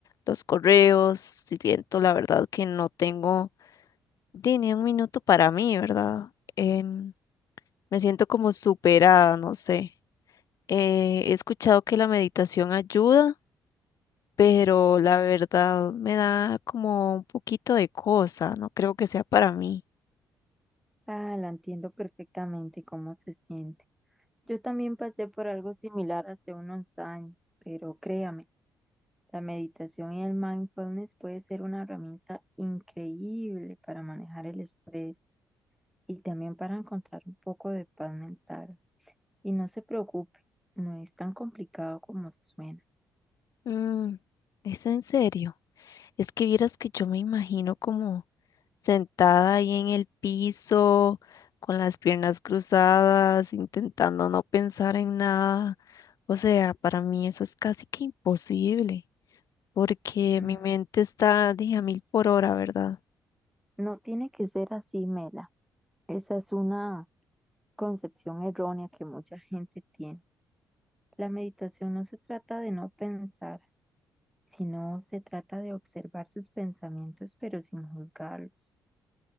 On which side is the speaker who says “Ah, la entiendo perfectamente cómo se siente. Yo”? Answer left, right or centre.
Centre